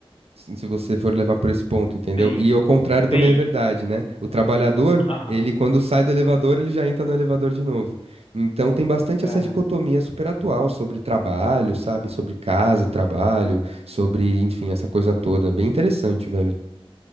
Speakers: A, on the right (about 85°); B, on the left (about 65°).
A: Se se você for levar por esse ponto, entendeu?
B: sim,
A: E ao contrário também
B: sim.
A: é verdade, né? O trabalhador,
B: Aham.
A: ele quando sai do elevador, ele já entra no elevador de novo. Então tem bastante
B: é.
A: essa dicotomia super atual sobre trabalho, sabe? Sobre casa e trabalho, sobre, enfim, essa coisa toda. Bem interessante, velho.